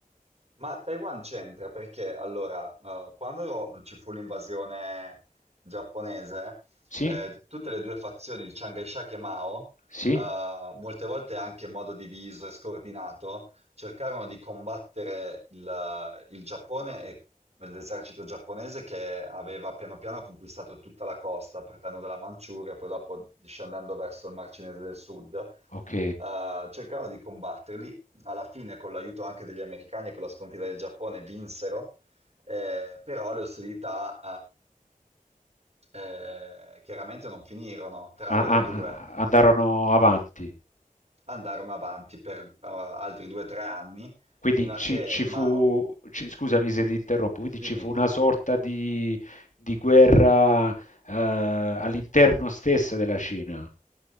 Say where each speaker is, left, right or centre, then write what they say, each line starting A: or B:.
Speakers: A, on the right (about 45°); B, on the left (about 60°).
A: Ma Taiwan c'entra perché allora, eh, quando ci fu l'invasione giapponese,
B: Sì?
A: eh, tutte le due fazioni di Chiang Kai-shek e Mao,
B: Sì?
A: eh, molte volte anche in modo diviso e scordinato, cercarono di combattere il, il Giappone e l'esercito giapponese che aveva piano piano conquistato tutta la costa, partendo dalla Manciuria e poi dopo discendendo verso il Mar Cinese del Sud.
B: Ok.
A: eh, cercarono di combatterli alla fine con l'aiuto anche degli americani e con la sconfitta del Giappone vinsero, eh, però le ostilità eh, eh, chiaramente non finirono tra loro
B: Ah, ah,
A: due,
B: ah, andarono avanti.
A: andarono avanti per eh, altri due o tre anni
B: Quindi
A: fino a
B: ci,
A: che
B: ci
A: Mao,
B: fu, ci- scusami se ti interrompo, quindi
A: dimmi,
B: ci fu una sorta di, di guerra eh, all'interno stessa della Cina.